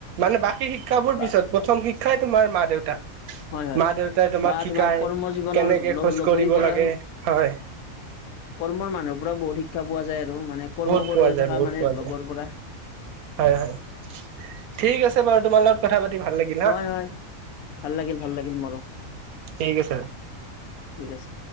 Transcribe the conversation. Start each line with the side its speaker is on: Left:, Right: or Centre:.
Right: মানে বাকী শিক্ষাবোৰ
Left: বা
Right: পিছত। প্ৰথম শিক্ষাই তোমাৰ মা দেউতা।
Left: হয় হয়
Right: মা দেউতাই তোমাক
Left: বা
Right: শিকায়।
Left: তোমাৰ কৰ্ম জীৱনৰ
Right: কেনেকে খোজ
Left: লগৰী
Right: কাঢ়িব
Left: পৰা
Right: লাগে হয়।
Left: কৰ্মৰ মানুহৰ পৰা বহুত শিক্ষা পোৱা যায় আৰু। মানে কৰ্ম
Right: বহুত
Left: কৰি
Right: পোৱা যায়
Left: থকা
Right: বহুত
Left: মানে
Right: পোৱা যায়
Left: লগৰ পৰা।
Right: হয়, হয়। ঠিক আছে বাৰু তোমাৰ লগত কথা পাতি ভাল লাগিল হা'।
Left: হয় হয় ভাল লাগিল, ভাল লাগিল মোৰো।
Right: ঠিক আছে।
Left: ঠিক আছে